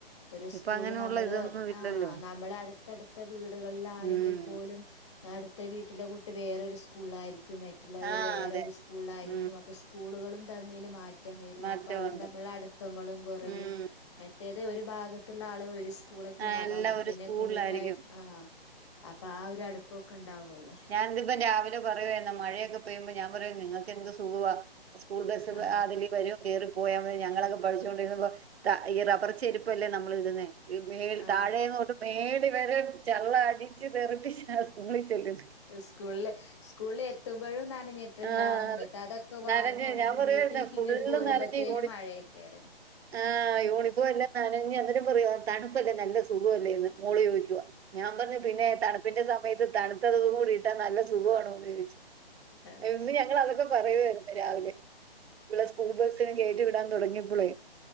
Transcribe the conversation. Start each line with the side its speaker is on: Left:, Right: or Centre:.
Left: ഒര് സ്കൂള്ള്
Right: ഇപ്പൊ അങ്ങനെയുള്ള
Left: നമ്മള്
Right: ഇതൊന്നും ഇല്ലല്ലോ
Left: ആഹ് നമ്മള് അടുത്തടുത്ത വീടുകളിലാണെങ്കിൽ
Right: ഉം
Left: പോലും അടുത്ത വീട്ടിലെ കുട്ടി വേറൊര് സ്കൂള ആയിരിക്കുമെ മറ്റുള്ളവര്
Right: ആഹ്
Left: വേറൊരു
Right: അതെ
Left: സ്കൂൾലായിരിക്കും
Right: ഉം
Left: അപ്പൊ സ്കൂളുകളും തമ്മില് മാറ്റ റ്റം വരും
Right: മാറ്റമുണ്ട്
Left: അപ്പൊ അവര് തമ്മില്ള്ള അടുപ്പങ്ങളും കുറയും
Right: ഉം
Left: മറ്റേത് ഒരു ഭാഗത്തുള്ള ആളുകള് ഒര്സ് സ്കൂളക്കെ
Right: ആഹ്
Left: ഇണ്ട അപ്പ
Right: എല്ലാം
Left: അവിട്ക്കെന്നെ
Right: ഒരു സ്കൂളിലായിരിക്കും
Left: കൂട്ടായിട്ട് ആഹ് അപ്പ ആഹ് ഒരു അടുപ്പൊക്ക ഇണ്ടാവുല്ലോ അല്ലോ
Right: ഞാൻ ഇതിപ്പ രാവിലെ പറയുവാരുന്ന് മഴയൊക്കെ പെയ്യുമ്പോ ഞാൻ പറയും നിങ്ങക്ക് എന്ത് സുഖമാ സ്കൂൾ ബസ്സ് രാവിലെ
Left: ആ
Right: വരും കേറിപ്പോയാ മതി ഞങ്ങളൊക്ക പഠിച്ചോണ്ടിരുന്നപ്പം ത ഈ റബറ് ചെരിപ്പല്ലേ നമ്മള് ഇടുന്നേ ഇ മേൽ
Left: ആ
Right: താഴെന്ന് തൊട്ട് മേളി വരെ ചെള്ള് അടിച്ച് തെറപ്പിച്ച് ഞങ്ങള് സ്കൂളി ചെല്ലും
Left: സ്കൂൾലെ സ്കൂൾലെത്തുമ്പോഴും നനഞ്ഞിട്ടുണ്ടാവും
Right: ആഹ്
Left: എന്നിട്ട് അതൊക്കെ വാർന്ന്
Right: നനഞ്ഞ്
Left: ഒണെങ്കി
Right: ഞാൻ പറയുവായിരുന്നു
Left: വീട്ടിലിക്ക്
Right: ഫുള്ള്
Left: ഇങ്ങട് പോരുമ്പ
Right: നനഞ്ഞ്
Left: പെരും
Right: ഓടി
Left: മഴയെക്കെ ആര്ന്ന്
Right: ആഹ് യൂണിഫോം എല്ലാം നനഞ്ഞ് അന്നെരം പറയുവ തണുപ്പല്ലേ നല്ല സുഖോല്ലെന്ന് മോള് ചോയിക്കുവ ഞാം പറഞ്ഞ് പിന്നെ തണുപ്പിന്റ സമയത്ത് തണുത്തതും കൂടി ഇട്ടാ നല്ല സുഖോണോന്ന് ചോയിച്ച്
Left: ആ
Right: എന്നും ഞങ്ങളതൊക്ക പറയുവാര്ന്ന് രാവിലെ ഇവളെ സ്കൂൾബസ്സിന് കേറ്റി വിടാൻ തുടങ്ങിയപ്പളെ